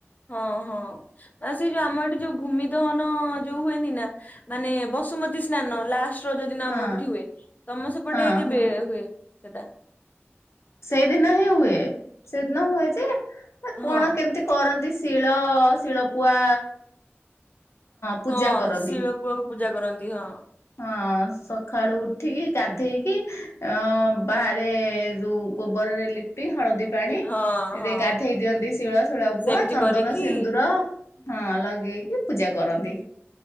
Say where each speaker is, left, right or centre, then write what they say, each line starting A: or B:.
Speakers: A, on the left; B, on the left.
A: ହଁ ହଁ। ନା ସେଇ ଯୋଉ ଆମର ଏଠି ଯୋଉ ଭୂମି ଦହନ ଯୋଉ ହୁଏନି ନା? ମାନେ ବସୁମତୀ ସ୍ନାନ ଲାଷ୍ ଯଦି ନାମ
B: ହଁ
A: ପିଠି ହୁଏ ତମ ସେପଟେ
B: ହଁ
A: କେବେ
B: ହଁ
A: ହୁଏ ସେଟା?
B: ସେଇଦିନ ହିଁ ହୁଏ ସେଇଦିନ ହୁଏ ଯେ କଣ
A: ହଁ
B: କେମତି? କରନ୍ତି ଶିଳ ଶିଳପୁଆ। ପୂଜା
A: ହଁ
B: କରନ୍ତି।
A: ଶିଳପୁଆକୁ ପୂଜା କରନ୍ତି ହଁ।
B: ହଁ ସକାଳୁ ଉଠିକି ଗାଧେଇକି ଅ ବାହାରେ ଯୋଉ ଗୋବର ରେ ଲି ହଳଦୀ ପାଣି
A: ହଁ ହଁ।
B: ରେ ଗାଧେଇ ଦିଅନ୍ତି ଶିଳ ଶିଳ
A: ସେମିତି
B: ପୁଆ ଚନ୍ଦନ
A: କରିକି
B: ସିନ୍ଦୁର। ହଁ ଲଗେଇକି ପୂଜା କରନ୍ତି।